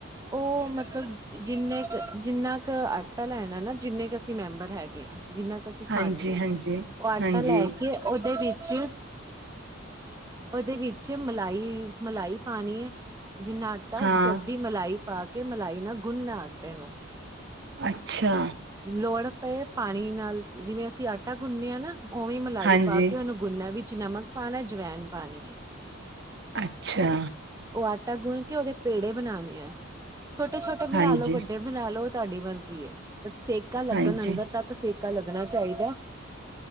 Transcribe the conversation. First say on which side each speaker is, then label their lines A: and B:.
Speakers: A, on the right; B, on the right.
A: ਉਹ ਮਤਲਬ ਜਿੰਨੇ ਕੁ ਜਿੰਨਾ ਕੁ ਆਟਾ ਲੈਣਾ ਨਾ ਜਿੰਨੇ ਕੁ ਅਸੀਂ ਮੈਂਬਰ ਹੈਗੇ ਹਾਂ ਜਿੰਨਾ ਕੁ ਅਸੀਂ ਖਾਂਦੇ
B: ਹਾਂਜੀ
A: ਹਾਂ
B: ਹਾਂਜੀ
A: ਉਹ ਆਟਾ
B: ਹਾਂਜੀ
A: ਲੈ ਕੇ ਉਹਦੇ ਵਿੱਚ ਉਹਦੇ ਵਿੱਚ ਮਲਾਈ-ਮਲਾਈ ਪਾਣੀ ਹੈ ਜਿੰਨਾ ਆਟਾ ਉਸ
B: ਹਾਂ
A: ਤੋਂ ਅੱਧੀ ਮਲਾਈ ਪਾ ਕੇ ਮਲਾਈ ਨਾ ਗੁੰਨ ਨਾ ਆਟੇ ਨੂੰ
B: ਅੱਛਾ
A: ਲੋੜ ਪਏ ਪਾਣੀ ਨਾਲ ਜਿਵੇਂ ਅਸੀਂ ਆਟਾ ਗੁੰਨੇ ਹਾਂ ਨਾ। ਉਵੇਂ ਮਲਾਈ
B: ਹਾਂਜੀ
A: ਪਾ ਕੇ ਉਹਨੂੰ ਗੁੰਨਾ ਵਿੱਚ। ਚ ਨਮਕ ਪਾਣਾ ਜਵੈਨ ਪਾਣੀ ਹੈ।
B: ਅੱਛਾ।
A: ਉਹ ਆਟਾ ਗੁੰਨ ਕੇ ਉਹਦੇ ਪੇੜੇ ਬਣਾਉਣੇ ਹੈ। ਛੋਟੇ ਛੋਟੇ ਬਨਾ
B: ਹਾਂਜੀ
A: ਲੋ ਵੱਡੇ ਬਨਾਲੋ। ਤੁਹਾਡੀ ਮਰਜ਼ੀ ਏ। ਬਟ ਸੇਕਾ ਲੱਗਣ
B: ਹਾਂਜੀ
A: ਅੰਦਰ ਤੱਕ ਸੇਕਾ ਲੱਗਣਾ। ਚਾਹੀਦਾ ਹਾ